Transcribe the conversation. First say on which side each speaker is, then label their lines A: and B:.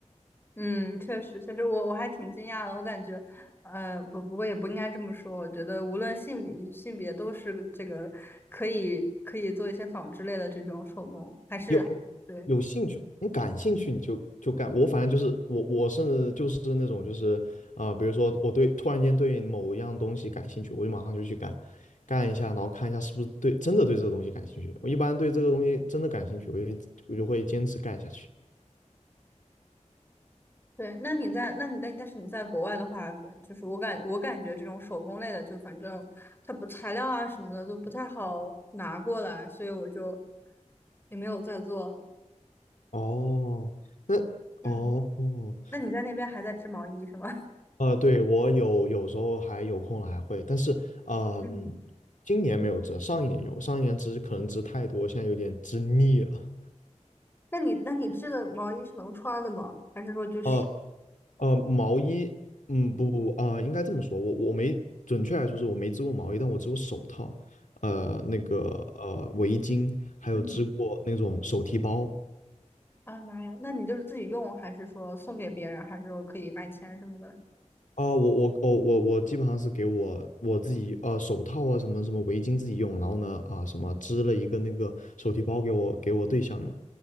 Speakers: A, on the left; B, on the left.
A: 嗯，确实，确实，我我还挺惊讶的。我感觉，呃，不，不过也不应该这么说。我觉得，无论性别性别都是个这个可以可以做一些纺织类的这种手工，还是对
B: 有有兴趣，你感兴趣你就就干。我反正就是我我是就是那种就是啊、比如说我对突然间对某一样东西感兴趣，我就马上就去干，干一下，然后看一下是不是对真的对这个东西感兴趣。我一般对这个东西真的感兴趣，我就我就会坚持干下去。
A: 对。那你在那你但但是你在国外的话，就是我感我感觉这种手工类的，就反正它不材料啊什么的都不太好拿过来，所以我就也没有再做。
B: 哦，那哦哦，
A: 嗯，那你在那边还在织毛衣是吗？<laughs>
B: 呃，对，我有有时候还有空了还会，但是嗯、
A: 嗯
B: 今年没有织，上一年有，上一年织可能织太多，现在有点织腻了。
A: 那你那你织的毛衣是能穿的吗？还是说就是，
B: 哦。呃，毛衣，嗯，不不不，啊、应该这么说，我我没准确来说是我没织过毛衣，但我织过手套，呃，那个呃围巾，还有织过那种手提包。
A: 嗯，啊妈呀，那你就是自己用，还是说送给别人，还是说可以卖钱什么的？
B: 啊、我我我我我基本上是给我我自己呃手套啊什么什么围巾自己用，然后呢啊、什么织了一个那个手提包给我给我对象用，